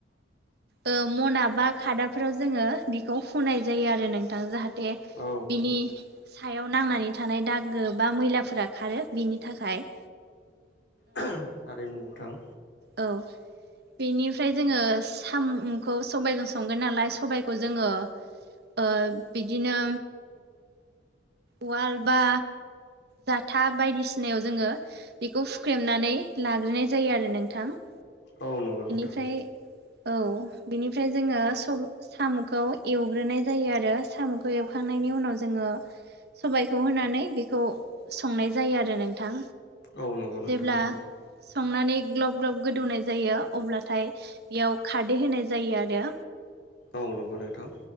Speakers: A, on the right (about 60°); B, on the left (about 65°).
A: अ मनाबा खादाफोराव जोङो बेखौ फुनाय जायो आरो नोंथां। जाहा दे
B: औ
A: बिनि सायाव नांनानै थानाय दागो बा मैलाफोरा खारो बिनि थाखाय
B: थारैनो नोंथां।
A: औ बेनि फ्राय जोङो साम'खौ सबायजों संगोन नालाय सबायखौ जोङो ओ‌ बिदिनो उवाल बा जाथा बायदिसिनायाव जोङो बेखौ हुख्रेमनानै लाग्रोनाय जायो आरो नोंथां।
B: औ नंगौ नों
A: फ्राय औ बिनिफ्राय जोङो स साम'खौ एवग्रोनाय जायो आरो। साम'खौ एवखांनायनि उनाव जोङो सबायखौ होनानै बेखौ संनाय जायो आरो नोंथां।
B: औ नंगौ नोंथां
A: जेब्ला
B: थारैनो
A: संनानै ग्लब-ग्लब गोदौनाय जायो अब्ला थाय बेयाव खारदै होनाय जायो आरो।
B: औ नंगौ नोंथां।